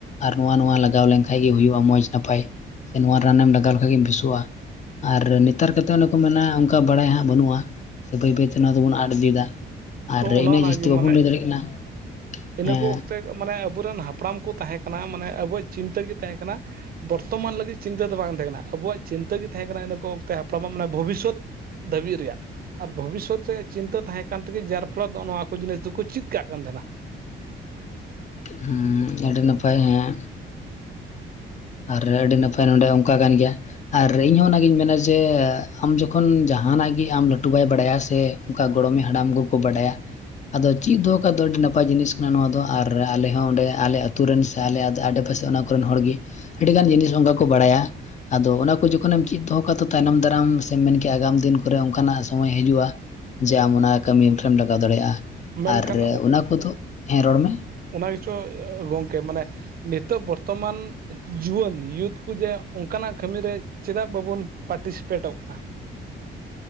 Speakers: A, on the left; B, on the right.
A: ᱟᱨ ᱱᱚᱣᱟ ᱱᱚᱣᱟ ᱞᱟᱜᱟᱣ ᱞᱮᱱᱠᱷᱟᱡ ᱜᱮ ᱦᱩᱭᱩᱜᱼᱟ ᱢᱚᱸᱡᱽ ᱱᱟᱯᱟᱭ ᱥᱮ ᱱᱚᱣᱟ ᱨᱟᱱᱮᱢ ᱞᱟᱜᱟᱣ ᱞᱮᱠᱟᱡ ᱜᱮᱢ ᱵᱮᱥᱚᱜᱼᱟ ᱟᱨ ᱱᱮᱛᱟᱨ ᱠᱟᱛᱮᱜ ᱚᱱᱮ ᱠᱚ ᱢᱮᱱᱟ ᱚᱱᱠᱟ ᱵᱟᱲᱟᱭ ᱦᱟᱸᱜ ᱵᱟᱹᱱᱩᱜᱼᱟ ᱥᱮ ᱵᱟᱹᱭ ᱵᱟᱹᱭᱛᱮ ᱱᱚᱣᱟ ᱫᱚᱵᱚᱱ ᱟᱫ ᱤᱫᱤᱭᱮᱫᱟ ᱟᱨ
B: ᱛᱚ ᱚᱱᱮ
A: ᱤᱱᱟᱹᱜ
B: ᱚᱱᱟᱜᱮ
A: ᱡᱟᱹᱥᱛᱤ ᱵᱟᱵᱚᱱ
B: ᱢᱟᱱᱮ
A: ᱞᱟᱹᱭ ᱫᱟᱲᱮᱜ ᱠᱟᱱᱟ
B: ᱤᱱᱟᱹ
A: ᱦᱮᱸ
B: ᱠᱚ ᱚᱠᱛᱮ ᱢᱟᱱᱮ ᱟᱵᱚᱨᱮᱱ ᱦᱟᱯᱲᱟᱢ ᱠᱚ ᱛᱟᱦᱮᱸ ᱠᱟᱱᱟ ᱢᱟᱱᱮ ᱟᱵᱚᱣᱟᱜ ᱪᱤᱱᱛᱟᱹ ᱜᱮ ᱛᱟᱦᱮᱸ ᱠᱟᱱᱟ ᱵᱚᱨᱛᱚᱢᱟᱱ ᱞᱟᱹᱜᱤᱫ ᱪᱤᱱᱛᱟᱹ ᱫᱚ ᱵᱟᱝ ᱛᱟᱦᱮᱸ ᱠᱟᱱᱟ ᱟᱵᱚᱣᱟᱜ ᱪᱤᱱᱛᱟᱹ ᱜᱮ ᱛᱟᱦᱮᱸ ᱠᱟᱱᱟ ᱤᱱᱟᱹ ᱠᱚ ᱚᱠᱛᱮ ᱦᱟᱯᱲᱟᱢᱟᱜ ᱢᱟᱱᱮ ᱵᱷᱚᱵᱤᱥᱥᱚᱛ ᱫᱷᱟᱹᱵᱤᱡ ᱨᱮᱭᱟᱜ ᱟᱨ ᱵᱷᱚᱵᱤᱥᱥᱚᱛ ᱨᱮᱭᱟᱜ ᱪᱤᱱᱛᱟᱹ ᱛᱟᱦᱮᱸ ᱠᱟᱱ ᱛᱮᱜᱮ ᱡᱟᱨ ᱯᱷᱚᱞᱚᱛ ᱫᱚ ᱱᱚᱣᱟ ᱠᱚ ᱡᱤᱱᱤᱥ ᱫᱚᱠᱚ ᱪᱮᱫ ᱠᱟᱜ ᱠᱟᱱ ᱛᱟᱦᱮᱸᱱᱟ
A: ᱦᱮᱸ ᱟᱹᱰᱤ ᱱᱟᱯᱟᱭ ᱦᱮᱸ ᱟᱨ ᱟᱹᱰᱤ ᱱᱟᱯᱟᱭ ᱱᱚᱸᱰᱮ ᱚᱱᱠᱟ ᱠᱟᱱ ᱜᱮᱭᱟ ᱟᱨ ᱤᱧᱦᱚᱸ ᱚᱱᱟᱜᱤᱧ ᱢᱮᱱᱟ ᱡᱮ ᱟᱢ ᱡᱚᱠᱷᱚᱱ ᱡᱟᱦᱟᱱᱟᱜ ᱜᱮ ᱟᱢ ᱞᱟᱹᱴᱩᱵᱟᱭ ᱵᱟᱲᱟᱭᱟ ᱥᱮ ᱚᱱᱠᱟ ᱜᱚᱲᱚᱢᱮ ᱦᱟᱲᱟᱢ ᱠᱚᱠᱚ ᱵᱟᱰᱟᱭᱟ ᱟᱫᱚ ᱪᱮᱫ ᱫᱚ ᱚᱱᱠᱟ ᱫᱚ ᱟᱹᱰᱤ ᱱᱟᱯᱟᱭ ᱡᱤᱱᱤᱥ ᱠᱟᱱᱟ ᱱᱚᱣᱟ ᱫᱚ ᱟᱨ ᱟᱞᱮ ᱦᱚᱸ ᱚᱸᱰᱮ ᱟᱞᱮ ᱟᱛᱳ ᱨᱮᱱ ᱥᱮ ᱟᱞᱮ ᱟᱲᱮᱯᱟᱥᱮ ᱚᱱᱟ ᱠᱚᱨᱮᱱ ᱦᱚᱲᱜᱮ ᱟᱹᱰᱤᱜᱟᱱ ᱡᱤᱱᱤᱥ ᱚᱱᱠᱟ ᱠᱚ ᱵᱟᱲᱟᱭᱟ ᱟᱫᱚ ᱚᱱᱟ ᱠᱚ ᱡᱚᱠᱷᱚᱱᱮᱢ ᱪᱮᱫ ᱫᱚᱦᱚ ᱠᱟᱜᱼᱟ ᱛᱚ ᱛᱟᱭᱱᱚᱢ ᱫᱟᱨᱟᱢ ᱥᱮᱢ ᱢᱮᱱᱠᱮᱭᱟ ᱟᱜᱟᱢ ᱫᱤᱱ ᱠᱚᱨᱮ ᱚᱱᱠᱟᱱᱟᱜ ᱥᱚᱢᱚᱭ ᱦᱤᱡᱩᱜᱼᱟ ᱡᱮ ᱟᱢ ᱚᱱᱟ ᱠᱟᱹᱢᱤ ᱨᱮᱢ ᱞᱟᱜᱟᱣ ᱫᱟᱲᱮᱭᱟᱜᱼᱟ
B: ᱢᱮᱱᱠᱷᱟᱱ
A: ᱟᱨ ᱚᱱᱟ ᱠᱚᱫᱚ ᱦᱮᱸ ᱨᱚᱲ ᱢᱮ
B: ᱚᱱᱟ ᱜᱮ ᱪᱚ ᱜᱚᱝᱠᱮ ᱢᱟᱱᱮ ᱱᱤᱛᱚᱜ ᱵᱚᱨᱛᱚᱢᱟᱱ ᱡᱩᱣᱟᱹᱱ ᱤᱭᱩᱛᱷ ᱠᱚ ᱡᱮ ᱚᱱᱠᱟᱱᱟᱜ ᱠᱟᱹᱢᱤᱨᱮ ᱪᱮᱫᱟᱜ ᱵᱟᱵᱚᱱ ᱯᱟᱨᱴᱤᱥᱤᱯᱮᱴᱚᱜ ᱠᱟᱱᱟ